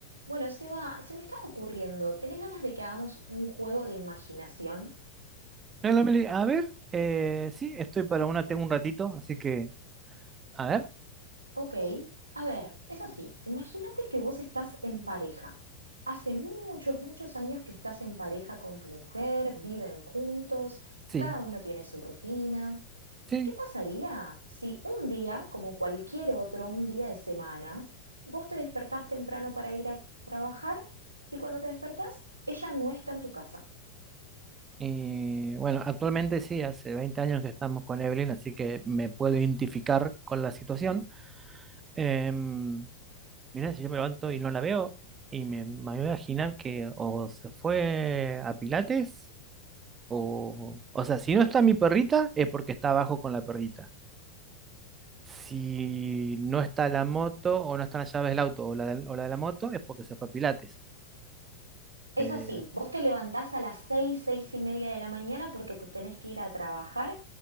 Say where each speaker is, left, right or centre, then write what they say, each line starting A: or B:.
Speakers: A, on the right (about 85°); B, on the right (about 20°).
A: Bueno, Seba, se me está ocurriendo, ¿tenés ganas de que hagamos un juego de imaginación?
B: Hola, Meli. A ver, eh, sí, estoy para una, tengo un ratito, así que, a ver,
A: Ok, a ver, es así, imagínate que vos estás en pareja. Hace muchos, muchos años que estás en pareja con tu mujer, viven juntos,
B: sí,
A: cada uno tiene su rutina.
B: sí.
A: ¿Qué pasaría si un día, como cualquier otro, un día de semana, vos te despertás temprano para ir a trabajar y cuando te despertás, ella no está en tu casa?
B: Y bueno, actualmente sí, hace 20 años que estamos con Evelyn, así que me puedo identificar con la situación. Em, mirá, si yo me levanto y no la veo, y me, me voy a imaginar que o se fue a Pilates, o, o sea, si no está mi perrita, es porque está abajo con la perrita. Si no está la moto, o no están las llaves del auto, o la, del- o la de la moto, es porque se fue a Pilates.
A: Es
B: Eh,
A: así, vos te levantás a las seis, seis y media de la mañana porque te tenés que ir a trabajar